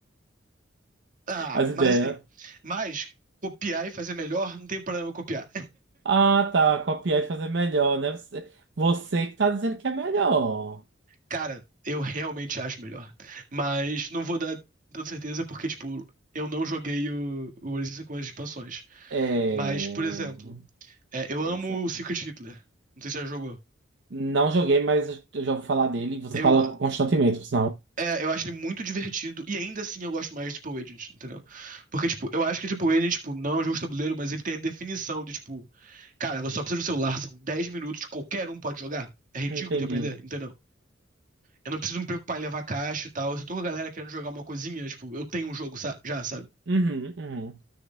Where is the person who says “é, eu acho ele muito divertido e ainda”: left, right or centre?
Right